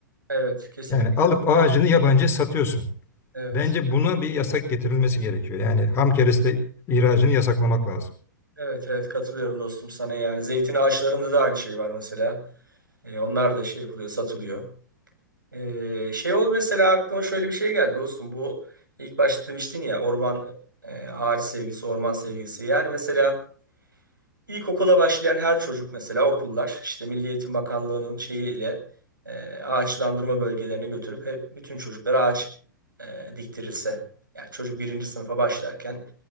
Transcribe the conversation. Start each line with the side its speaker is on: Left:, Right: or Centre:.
Right: Evet kesinlikle
Left: Yani alıp
Right: katılıyorum.
Left: ağacını yabancıya satıyorsun.
Right: Evet.
Left: Bence buna bir yasak getirilmesi gerekiyor. Yani ham kereste ihracını yasaklamak lazım.
Right: Evet evet katılıyorum dostum sana yani zeytin ağaçlarında da aynı şey var mesela. E, onlar da şey yapılıyor, satılıyor. E, şey ol mesela aklıma şöyle bir şey geldi dostum. Bu ilk başta demiştin ya orman e, ağaç sevgisi, orman sevgisi. Yani mesela ilkokula başlayan her çocuk mesela okullar işte Milli Eğitim Bakanlığı'nın şeyiyle e, ağaçlandırma bölgelerine götürüp hep bütün çocuklara ağaç e, diktirilse. Yani çocuk birinci sınıfa başlarken